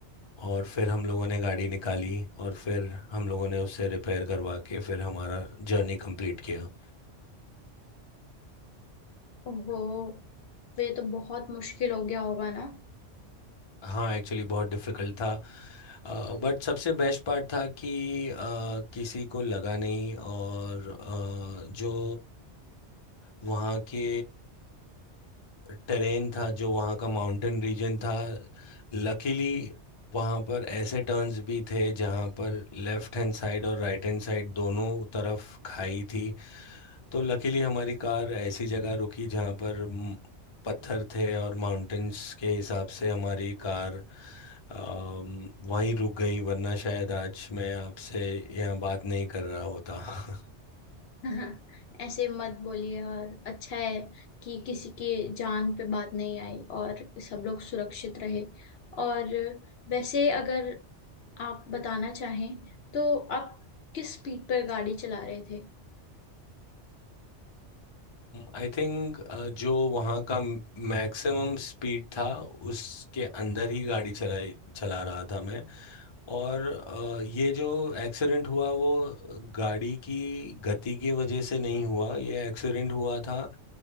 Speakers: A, on the left (about 35°); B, on the left (about 65°).
A: और फिर हम लोगों ने गाड़ी निकाली और फिर हम लोगों ने उसे रिपेयर करवा के फिर हमारा जर्नी कंप्लीट किया
B: ओहो तो ये तो बहुत मुश्किल हो गया होगा ना
A: हाँ एक्चुअली बहुत डिफिकल्ट था बट सबसे बेस्ट पार्ट था कि अ, किसी को लगा नहीं और अ, जो वहाँ के टेरेन था जो वहाँ का माउंटेन रीजन था लकीली वहाँ पर ऐसे टर्न्स भी थे जहाँ पर लेफ्ट हैंड साइड और राइट हैंड साइड दोनों तरफ खाई थी तो लकीली हमारी कार ऐसी जगह रुकी जहाँ पर म, पत्थर थे और माउंटेन्स के हिसाब से हमारी कार अम, वहीं रुक गई वरना शायद आज मैं आपसे यहाँ बात नहीं कर रहा होता <laughs>
B: <laughs> हाँ, ऐसे मत बोलिए और अच्छा है कि किसी की जान पे बात नहीं आई और सब लोग सुरक्षित रहे और वैसे अगर आप बताना चाहें तो आप किस स्पीड पर गाड़ी चला रहे थे
A: आई थिंक जो वहाँ का मैक्सिमम स्पीड था उसके अंदर ही गाड़ी चलाई चला रहा था मैं और अ, ये जो एक्सीडेंट हुआ वो गाड़ी की गति की वजह से नहीं हुआ ये एक्सीडेंट हुआ था